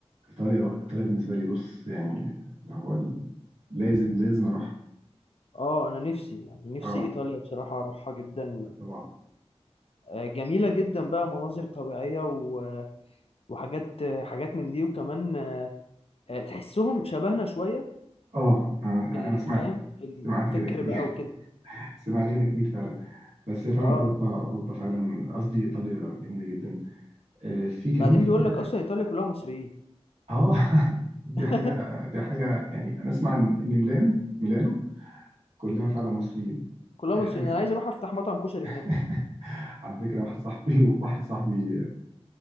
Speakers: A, on the right; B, on the left.
A: ايطاليا ايطاليا بالنسبه لي بص يعني اللي هو ال- لازم لازم اروح
B: اه انا نفسي يعني نفسي
A: اه
B: ايطاليا بصراحة اروحها جدا
A: لا طبعا
B: آه، جميلة جدا بقى مناظر طبيعية و- وحاجات حاجات من دي وكمان آه، آه، تحسهم شبهنا شوية
A: اه انا
B: في الفهم
A: أنا سمعت
B: في الفكر
A: سمعت كده كتير
B: بقى وكده
A: <laughs> سمعت كده كتير فعلا بس هي فعلا
B: اه
A: اوروبا اوروبا فعلا قصدي ايطاليا جميله جدا آه، في كمان
B: بعدين
A: في
B: بيقول لك اصلا ايطاليا كلها مصريين
A: اه <laughs> دي
B: <laughs>
A: حاجة دي حاجة يعني أنا أسمع إن إن ميلان ميلانو كلها فعلا مصريين
B: كلها
A: دي
B: مصريين
A: حاجة
B: انا عايز اروح افتح مطعم كشري
A: <laughs>
B: هناك
A: على فكرة واحد صاحبي واحد صاحبي